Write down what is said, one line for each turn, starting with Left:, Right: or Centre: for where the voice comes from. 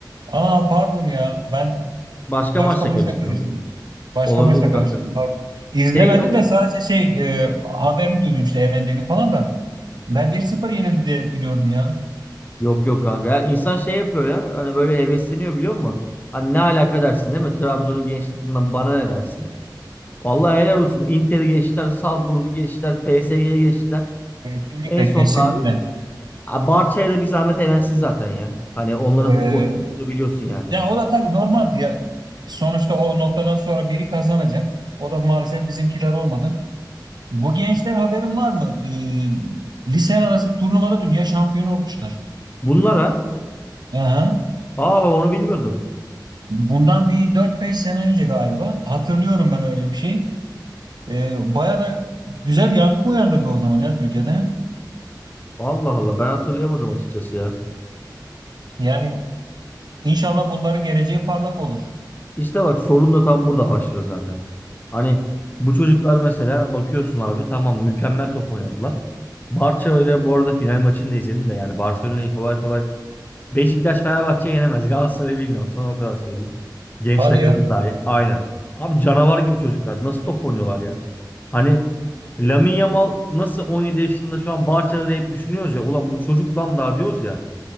Right: Aa pardon ya. Ben
Left: Başka
Right: başka
Left: maçla
Right: maçla
Left: karıştırıyordur.
Right: karıştırdım. Başka
Left: Olabilir
Right: maçla
Left: kanka.
Right: karıştırdım pardon. İzlemedim
Left: Şey ya.
Right: de sadece şey e, haberini duydum işte elendiğini falan da. Ben bir sıfır yenildi diye biliyordum ya.
Left: Yok yok kanka. Ya insan şey yapıyor ya. Hani böyle hevesleniyor biliyor musun? Hani ne alaka dersin değil mi? Trabzon'un genç takımından bana ne dersin? Vallahi helal olsun. Inter'i geçtiler. Salzburg'u geçtiler. PSG'yi geçtiler.
Right: Kesinlikle
Left: En son
Right: kesinlikle.
Left: da abi ha, Barça'ya da bir zahmet elensin zaten ya. Hani onların
Right: E,
Left: futbol kültürünü biliyorsun yani.
Right: Ya o da tabii normaldi ya. Sonuçta o noktadan sonra biri kazanacak. O da maalesef bizimkiler olmadı. Bu gençler haberin var mı? Ee, lise arası turnuvada dünya şampiyonu olmuşlar.
Left: Bunlara
Right: Aha.
Left: aa ben onu bilmiyordum.
Right: Bundan bir dört beş sene önce galiba. Hatırlıyorum ben öyle bir şey. Ee, baya da güzel yankı uyandırdı o zaman ya Türkiye'de.
Left: Allah Allah ben hatırlayamadım açıkçası ya.
Right: Yani inşallah bunların geleceği parlak olur.
Left: İşte bak sorun da tam burada başlıyor zaten. Hani bu çocuklar mesela bakıyorsun abi tamam mükemmel top oynadılar. Barça öyle bu arada final maçını da izledim de yani Barcelona'yı kolay kolay Beşiktaş Fenerbahçe'ye yenemez. Galatasaray'ı bilmiyorum sana o kadar söyleyeyim. Genç
Right: Hadi
Left: takımın
Right: ya.
Left: dahi aynen. Abi canavar gibi çocuklar nasıl top oynuyorlar ya? Hani Lamine Yamal nasıl 17 yaşında şu an Barça'da da hep düşünüyoruz ya ulan bu çocuk lan daha diyoruz ya.